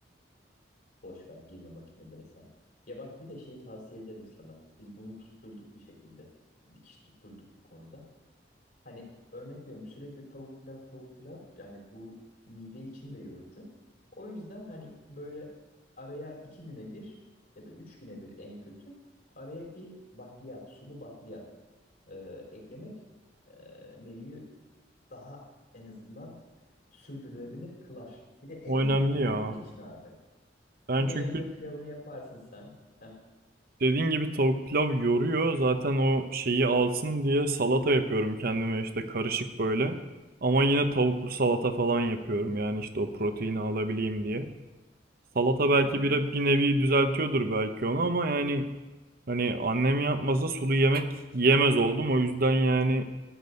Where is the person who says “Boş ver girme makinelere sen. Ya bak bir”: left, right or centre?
Left